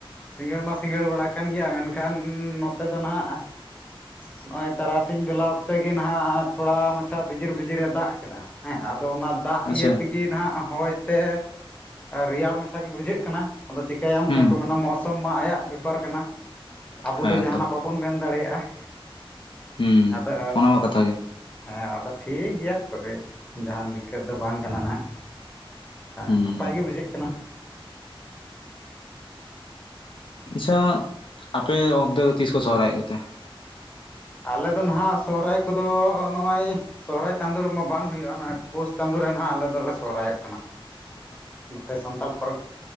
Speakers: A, on the left (about 15°); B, on the left (about 60°).
A: ᱥᱤᱸᱜᱟᱹᱲ ᱢᱟ ᱥᱤᱸᱜᱟᱹᱲ ᱵᱟᱲᱟ ᱠᱟᱱ ᱜᱮᱭᱟ ᱢᱮᱱᱠᱷᱟᱱ ᱱᱚᱛᱮ ᱫᱚ ᱱᱟᱦᱟᱜ
B: ᱻ
A: ᱱᱚᱜᱼᱚᱭ ᱛᱟᱨᱟᱥᱤᱧ ᱵᱮᱞᱟ ᱚᱠᱛᱮ ᱜᱮ ᱱᱟᱦᱱᱟᱜ ᱛᱷᱚᱲᱟ ᱢᱟᱪᱷᱟ ᱵᱤᱡᱤᱨ ᱵᱤᱡᱤᱨ ᱮ ᱫᱟᱜ ᱠᱮᱫᱟ ᱦᱮᱸ ᱟᱫᱚ ᱚᱱᱟ ᱫᱟᱜ
B: ᱟᱪᱪᱷᱟ
A: ᱤᱭᱟᱹ ᱛᱮᱜᱮ ᱱᱟᱦᱟᱜ ᱦᱚᱭ ᱛᱮ ᱨᱮᱭᱟᱲ ᱢᱟᱪᱷᱟ ᱜᱮ ᱵᱩᱡᱷᱟᱹᱜ ᱠᱟᱱᱟ ᱟᱫᱚ ᱪᱤᱠᱟᱹᱭᱟᱢ
B: ᱦᱩᱸ
A: ᱚᱱᱮ ᱠᱚ ᱢᱮᱱᱟ ᱢᱳᱥᱩᱚᱢ ᱢᱟ ᱟᱭᱟᱜ ᱵᱮᱯᱟᱨ ᱠᱟᱱᱟ ᱟᱵᱚ
B: ᱦᱮᱸ
A: ᱫᱚ ᱡᱟᱦᱟᱱᱟᱜ
B: ᱮᱠᱫᱚᱢ
A: ᱵᱟᱵᱚᱱ ᱢᱮᱱ ᱫᱟᱲᱮᱭᱟᱜᱼᱟ
B: ᱦᱩᱸ
A: ᱟᱫᱚ
B: ᱚᱱᱟ ᱢᱟ ᱠᱟᱛᱷᱟ ᱜᱮ
A: ᱦᱮᱸ ᱟᱫᱚ ᱴᱷᱤᱠ ᱜᱮᱭᱟ ᱠᱚᱠᱚᱭ ᱡᱟᱦᱟᱱ ᱫᱤᱠᱠᱚᱛ ᱫᱚ ᱵᱟᱝ ᱠᱟᱱᱟ ᱦᱟᱜ
B: ᱦᱩᱸ
A: ᱸ ᱱᱟᱯᱟᱭ ᱜᱮ ᱵᱩᱡᱷᱟᱹᱜ ᱠᱟᱱᱟ
B: ᱻ ᱟᱪᱪᱷᱟ ᱟᱯᱮ ᱚᱱᱛᱮ ᱫᱚ ᱛᱤᱥ ᱠᱚ ᱥᱚᱦᱨᱟᱭ ᱚᱜ ᱠᱚᱛᱮ
A: ᱟᱞᱮ ᱫᱚ ᱱᱟᱦᱟᱜ ᱥᱚᱦᱨᱟᱭ ᱠᱚᱫᱚ ᱱᱚᱜᱼᱚᱭ ᱥᱚᱦᱨᱟᱭ ᱪᱟᱸᱫᱳ ᱨᱮᱢᱟ ᱵᱟᱝ ᱦᱩᱭᱩᱜᱼᱟ ᱱᱚᱜᱼᱚᱭ ᱯᱩᱥ ᱪᱟᱸᱫᱳ ᱨᱮ ᱱᱟ ᱟᱞᱮ ᱫᱚᱞᱮ ᱥᱚᱦᱨᱟᱭᱚᱜ ᱠᱟᱱᱟ
B: ᱻ
A: ᱱᱚᱛᱮ ᱥᱟᱱᱛᱟᱲ ᱯᱟᱨᱜᱟᱱᱟ